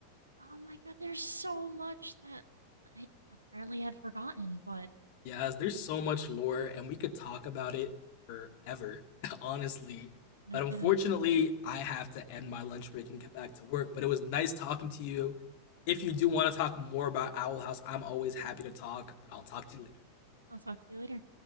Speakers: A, on the right; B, on the left.
A: Oh my god, there's so much that I apparently had forgotten, but
B: Yes, there's so much lore, and we could talk about it forever, <laughs> honestly.
A: no
B: But
A: kidding.
B: unfortunately, I have to end my lunch break and get back to work. But it was nice talking to you. If you do want to talk more about Owl House, I'm always happy to talk, but I'll talk to you later.
A: I'll talk to you later.